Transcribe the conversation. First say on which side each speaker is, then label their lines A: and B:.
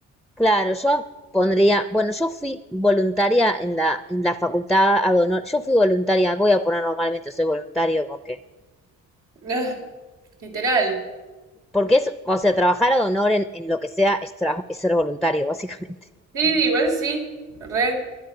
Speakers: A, in the centre; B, on the right.
A: Claro, yo pondría, bueno, yo fui voluntaria en la, en la facultad ad honor, yo fui voluntaria, voy a poner normalmente soy voluntario porque,
B: <sighs> Literal.
A: porque es, o sea, trabajar ad honor en, en lo que sea es, tra- es ser voluntario, <laughs> básicamente.
B: Sí, igual sí. Re,